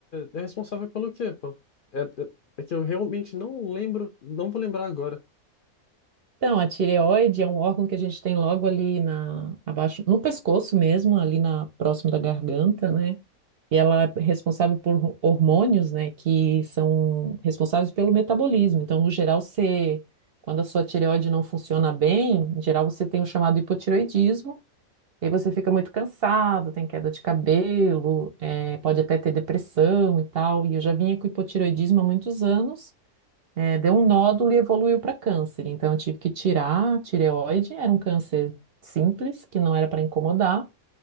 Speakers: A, on the left; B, on the right.
A: é responsável pelo quê, pô? É, é, é que eu realmente não lembro, não vou lembrar agora.
B: Então, a tireoide é um órgão que a gente tem logo ali na, abaixo, no pescoço mesmo, ali na próximo da garganta, né? E ela é responsável por hormônios, né, que são responsáveis pelo metabolismo. Então, no geral, você, quando a sua tireoide não funciona bem, em geral você tem o chamado hipotireoidismo. E aí você fica muito cansado, tem queda de cabelo, eh, pode até ter depressão e tal. E eu já vinha com hipotireoidismo há muitos anos, eh, deu um nódulo e evoluiu para câncer. Então, eu tive que tirar a tireoide, era um câncer simples, que não era para incomodar.